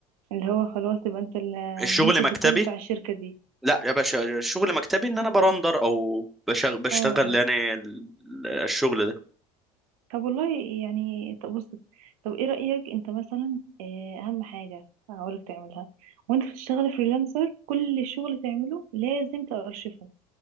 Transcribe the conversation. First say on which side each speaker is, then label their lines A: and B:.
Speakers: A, on the right; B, in the centre.
A: اللي هو خلاص تبقى انت المهندس
B: الشغل
A: الديكور
B: مكتبي
A: بتاع الشركة دي
B: لا يا باشا شغل مكتبي ان انا برندر او بشغ... بشتغل
A: اه اه
B: يعني ال- الشغل ده
A: طب والله يعني طب بص طب ايه رأيك انت مثلا آه، اهم حاجة هقولك تعملها وانت بتشتغل فريلانسر كل شغل تعمله لازم تأرشفه